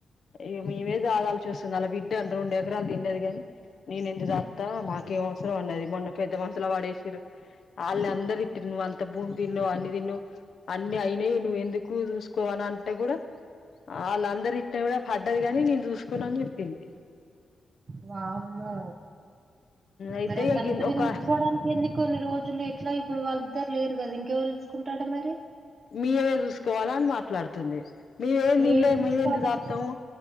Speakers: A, on the left; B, on the right.
A: ఇ మేమే జాదాలు చూస్తుంది ఆల బిడ్డ అండి రెండు ఎకరాలు తిన్నది కాని నేను ఎందు జాక్త మాకేం అవసరం అన్నది మొన్న పెద్ద మనుసులో వాడేసిరు అల్ అందరి తిట్టిరు నువ్ అంత భూమి దిన్నవ్ అన్నీ దిన్నావ్ అన్ని అయినయి నువ్ ఎంద ఎక్కువ చూసుకోవాలంటే కూడా వాళ్ళందరు ఇట్ కూడా పడ్డది కాని నేను చూసుకున్నా అని చెప్పింది
B: వామ్మో
A: అయితే
B: మరి
A: ఇగ
B: కనత
A: గిన్
B: పెంచుకోవడానికి
A: ఒక
B: ఎందు కొన్ని రోజులు ఎట్లా ఇప్పుడు వాళ్ళిద్దరు లేరుగద ఇంకెవరు చూసుకుంటాడ మరి
A: మీమే చూసుకోవాలా అని మాట్లాడుతుంది మేమేమి దీన్లే
B: మీరు చూసుకోవాలంటే
A: మేమేంది జాక్తాము